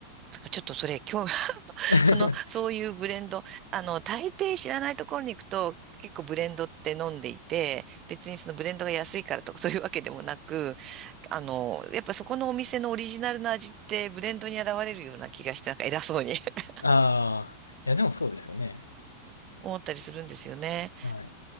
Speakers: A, on the right; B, on the left.
A: なんかちょっとそれ、今日、<laughs>
B: <laughs>
A: その、そういうブレンド、あの、大抵知らないところに行くと、結構ブレンドって飲んでいて、別にそのブレンドが安いからとかそういうわけでもなく、あの、やっぱそこのお店のオリジナルの味ってブレンドに現れるような気がして、なんか偉そうに <laughs>
B: ああ、いや、でもそうですよね。
A: 思ったりするんですよね。
B: はい。